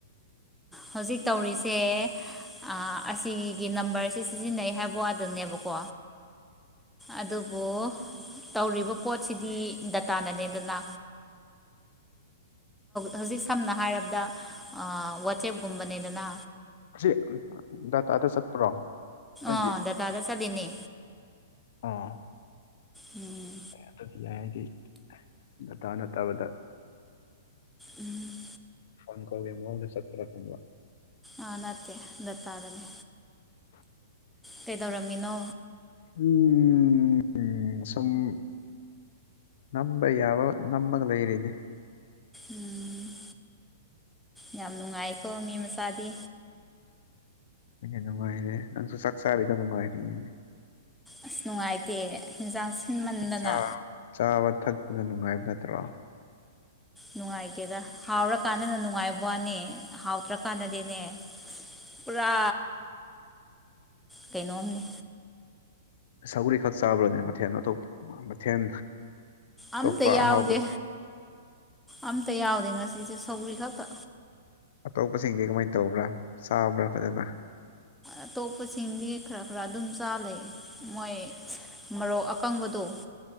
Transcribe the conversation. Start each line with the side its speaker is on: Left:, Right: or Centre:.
Centre: ꯍꯧꯖꯤꯛ ꯇꯧꯔꯤꯁꯦ ꯑꯁꯤꯒꯤ ꯅꯝꯕꯔꯁꯦ ꯁꯤꯖꯤꯟꯅꯩ ꯍꯥꯏꯕ ꯋꯥꯗꯅꯦꯕꯀꯣ ꯑꯗꯨ ꯑꯣꯕꯣ ꯇꯧꯔꯤꯕ ꯄꯣꯠꯁꯤꯗꯤ ꯗꯇꯥꯅꯅꯦꯗꯅ ꯍꯧꯖꯤꯛ ꯁꯝꯅ ꯍꯥꯏꯔꯕꯗ ꯋꯥꯆꯦꯞꯀꯨꯝꯕꯅꯦꯗꯅ
Left: ꯁꯤ ꯗꯗꯥꯇꯥꯗ ꯆꯠꯄ꯭ꯔꯣ ꯑꯩꯗꯤ
Centre: ꯑꯗ ꯇꯥꯗ ꯆꯗꯤꯅꯤ
Left: ꯑꯣ
Centre: ꯎꯝ
Left: ꯑꯗꯨꯗꯤ ꯌꯥꯏ ꯍꯥꯏꯗꯤ ꯗꯇꯥ ꯅꯠꯇꯕꯗ
Centre: ꯎꯝ
Left: ꯐꯣꯟ ꯀ ꯍꯣꯦ ꯃ ꯆꯠꯄꯔꯛ ꯀꯟꯕ
Centre: ꯑꯥ ꯅꯠꯇꯦ ꯗꯠꯇꯥꯔꯅꯤ ꯀꯩꯗꯧꯔꯝꯃꯤꯅꯣ
Left: ꯎꯝ ꯁꯝ ꯅꯝꯕ ꯌꯥꯕ ꯅꯃꯒ ꯂꯩ ꯏꯔꯤꯅꯦ
Centre: ꯎꯝ ꯌꯥꯝ ꯅꯨꯡꯉꯥꯏꯀꯣ ꯃꯤ ꯃꯆꯥꯗꯤ
Left: ꯑꯗꯨꯅꯨꯡꯉꯥꯏꯔꯦ ꯅꯡꯁꯨ ꯆꯥꯛꯆꯥꯔꯤꯗꯣ ꯅꯨꯡꯉꯥꯏꯔꯤꯅꯤ
Centre: ꯑꯁ ꯅꯨꯡꯉꯥꯏꯇꯦ ꯌꯦꯟꯖꯥꯡ ꯁꯤꯟꯃꯟꯗꯅ
Left: ꯆꯥ ꯆꯥꯕ ꯊꯛꯄꯗ ꯅꯨꯡꯉꯥꯏꯕ ꯅꯠꯇ꯭ꯔꯣ
Centre: ꯅꯨꯡꯉꯥꯏꯇꯦꯗ ꯍꯥꯎꯔꯀꯥꯟꯗꯅ ꯅꯨꯡꯉꯥꯏꯕꯅꯤ ꯍꯥꯎꯇ꯭ꯔꯀꯥꯟꯗꯗꯤꯅꯦ ꯄꯨꯔꯥ ꯀꯩꯅꯣꯝꯅꯤ
Left: ꯁꯒꯔꯤ ꯈꯛ ꯆꯥꯕ꯭ꯔꯅꯦ ꯃꯊꯦꯜ ꯑꯇꯣꯞꯄ ꯃꯊꯦꯜ ꯑꯇꯣꯞꯄ
Centre: ꯑꯝꯇ ꯌꯥꯎꯗꯦ
Left: ꯑꯍꯥꯎꯕ
Centre: ꯑꯝꯇ ꯌꯥꯎꯗꯦ ꯉꯁꯤꯁꯦ ꯁꯧꯒ꯭ꯔꯤ ꯈꯛꯇ
Left: ꯑꯇꯣꯞꯄꯁꯤꯡꯗꯤ ꯀꯃꯥꯏꯅ ꯇꯧꯕ꯭ꯔꯥ ꯆꯥꯕ꯭ꯔꯥ ꯐꯖꯅ
Centre: ꯑꯇꯣꯞꯄꯁꯤꯡꯗꯤ ꯈꯔ-ꯈꯔ ꯑꯗꯨꯝ ꯆꯥ꯭ꯔꯂꯩ ꯃꯣꯏ ꯃꯔꯣꯛ ꯑꯀꯪꯕꯗꯣ